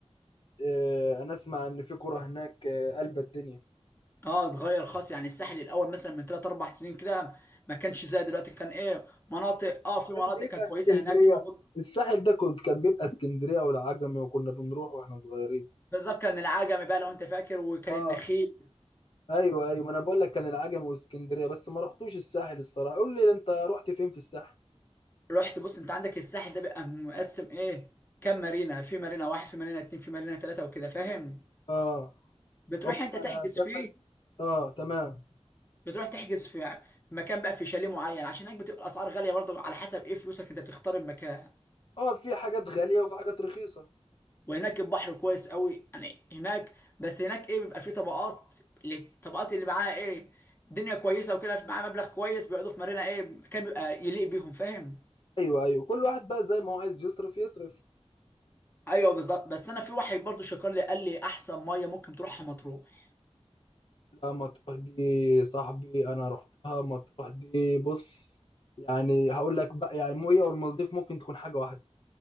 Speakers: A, on the left; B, on the left.
A: آه، انا اسمع ان في كرة هناك آه، قلب الدنيا
B: اه اتغير خالص يعني الساحل الاول مثلا من 3 4 سنين كده ما كانش زي دلوقتي كان ايه مناطق اه في مناطق
A: كان بيبقى
B: كانت كويسه
A: اسكندرية
B: هناك في موجود
A: الساحل ده كنت كان بيبقى اسكندرية والعجمي وكنا بنروح واحنا صغيرين
B: بالظبط كان العجمي بقى لو انت فاكر وكان
A: اه
B: النخيل
A: ايوه ايوه ما انا بقول لك كان العجمي واسكندرية بس ما رحتوش الساحل الصراحة قول لي انت رحت فين في الساحل
B: رحت بص انت عندك الساحل ده بيبقى مقسم ايه كام مارينا في مارينا واحد في مارينا اتنين في مارينا تلاتة وكده فاهم
A: اه
B: بتروح
A: أم...
B: انت
A: آه،
B: تحجز
A: تم-
B: فيه
A: اه تمام
B: بتروح تحجز في في مكان بقى في شاليه معين عشان هناك بتبقى الاسعار غاليه برضه على حسب ايه فلوسك انت بتختار المكان
A: اه في حاجات غالية وفي حاجات رخيصة
B: وهناك البحر كويس قوي يعني هناك بس هناك ايه بيبقى فيه طبقات الطبقات اللي معاها ايه الدنيا كويسه وكده معاها مبلغ كويس بيقعدوا في مارينا ايه مكان بيبقى يليق بيهم فاهم
A: ايوه ايوه كل واحد بقى زي ما هو عايز يصرف يصرف
B: ايوه بالظبط بس انا في واحد برضه شكر لي قال لي احسن ميه ممكن تروحها مطروح
A: رحتها مطروح دي صاحبي انا رحتها مطروح دي بص يعني هقول لك بقى يعني الميه والمالديف ممكن تكون حاجه واحده